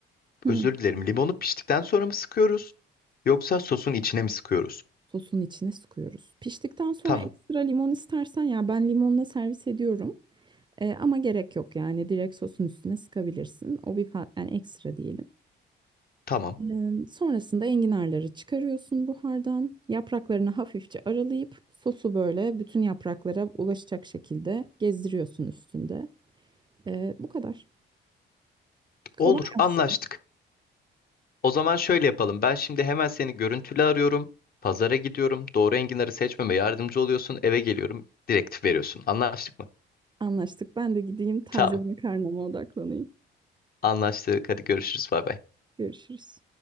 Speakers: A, on the right; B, on the left.
A: Hı.
B: özür dilerim, limonu piştikten sonra mı sıkıyoruz? Yoksa sosun içine mi sıkıyoruz?
A: Sosun içine sıkıyoruz. Piştikten sonra
B: Tamam,
A: ekstra limon istersen ya ben limonla servis ediyorum. Ee, ama gerek yok yani direkt sosun üstüne sıkabilirsin. O bir fa- yani ekstra diyelim.
B: tamam.
A: Ee, sonrasında enginarları çıkarıyorsun buhardan. Yapraklarını hafifçe aralayıp sosu böyle bütün yapraklara ulaşacak şekilde gezdiriyorsun üstünde. Ee, bu kadar. Kolay
B: Olur, anlaştık.
A: aslında.
B: O zaman şöyle yapalım. Ben şimdi hemen seni görüntülü arıyorum. Pazara gidiyorum. Doğru enginarı seçmeme yardımcı oluyorsun. Eve geliyorum. Direktif veriyorsun. Anlaştık mı?
A: Anlaştık. Ben de gideyim taze
B: Tamam,
A: makarnama odaklanayım.
B: anlaştık. Hadi görüşürüz. Bay bay.
A: Görüşürüz.